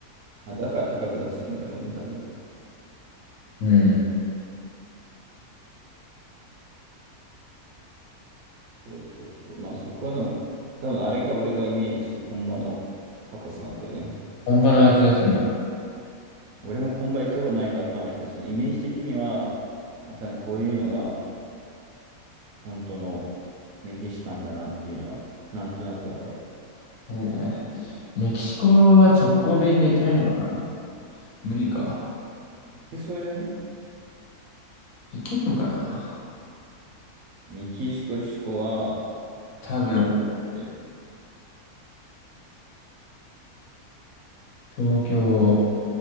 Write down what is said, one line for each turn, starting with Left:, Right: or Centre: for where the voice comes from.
Right: まあ、だから高く出せんだろうね、多分。
Left: うん。
Right: そうそうそう。まあ、そこはでも、多分あれが俺がイメージしてる本場のタコスなんだよね。
Left: 本場の味がすんな。
Right: 俺も本場行ったことないからわかんないけど、そのイメージ的には、あ、多分こういうのが本当のメキシカンだなっていうのは、なんとなくわかる。
Left: ねえ。メキシコは直行便で行けないのかな無理か。
Right: いけそうじゃない
Left: 行けるのかな
Right: メキシコシコは、
Left: 多分。
Right: 飛行機
Left: 東京、